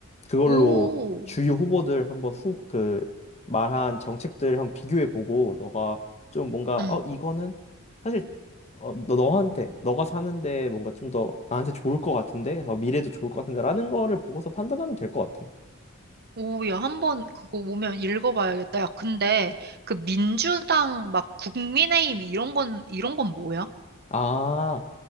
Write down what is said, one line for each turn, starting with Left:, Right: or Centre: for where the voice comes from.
Left: 그걸로
Right: 오,
Left: 주요 후보들 한번 후, 그 말한 정책들 한번 비교해 보고 너가 좀 뭔가
Right: 음.
Left: 어 이거는 사실 어, 너, 너한테, 너가 사는데 뭔가 좀 더 나한테 좋을 것 같은데? 어, 미래도 좋을 것 같은데? 라는 거를 보고서 판단하면 될 것 같아.
Right: 오, 야, 한번 그거 오면 읽어봐야겠다. 야, 근데 그 민주당 막 국민의힘 이런 건, 이런 건 뭐야?
Left: 아,